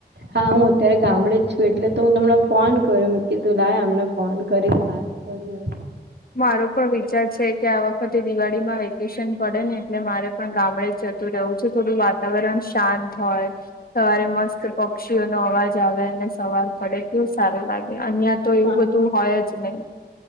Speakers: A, on the right (about 85°); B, on the left (about 60°).
A: હા હું અત્યારે ગામડે જ છું એટલે તો હું તમને ફોન કર્યો કીધું લાવ અમને ફોન કરીને વાત બડું એ
B: મારો પણ વિચાર છે કે આ વખતે દિવાળીમાં વેકેશન પડે ને એટલે મારે પણ ગામડે જ જતું રહવું છે થોડું વાતાવરણ શાંત હોય સવારે મસ્ત પક્ષીઓ નો અવાજ આવે અને સવાર પડે કેવું સારું લાગે અહં તો એવું
A: હા
B: બધું હોય જ નહીિ